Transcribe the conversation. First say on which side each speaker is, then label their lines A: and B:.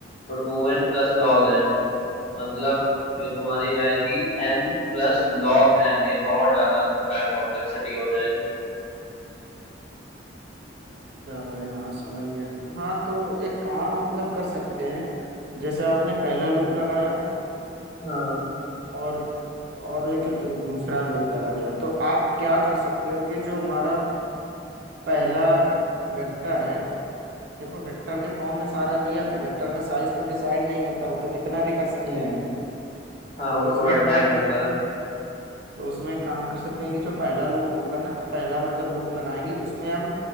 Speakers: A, on the left (about 35°); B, on the right (about 60°).
A: तो two N plus log N मतलब ये तुम्हारी जाएगी एन प्लस लॉग एन ये तो और ज्यादा टाइम कॉम्प्लेक्सिटी हो जाएगी
B: चलो भाई हाँ समझ गए हाँ तो एक काम मतलब कर सकते हैं जैसे आपने पहला लूप लगाया
A: हाँ
B: और और एक दू, दूसरा लूप लगाया तो आप क्या कर सकते हो कि जो हमारा पहला वेक्टर है देखो वेक्टर के फॉर्म में सारा दिया तो वेक्टर का साइज तो डिसाइड नहीं होता वो तो कितना भी कर सकते
A: हम्म
B: हैं हम।
A: हाँ वो
B: तो इसमें
A: तो रन
B: एक
A: टाइम
B: काम कर
A: होता
B: सकते
A: है
B: हैं तो उसमें काम कर सकते हैं कि जो पहला लूप होगा ना पहला मतलब लूप लगाएंगे उसमें हम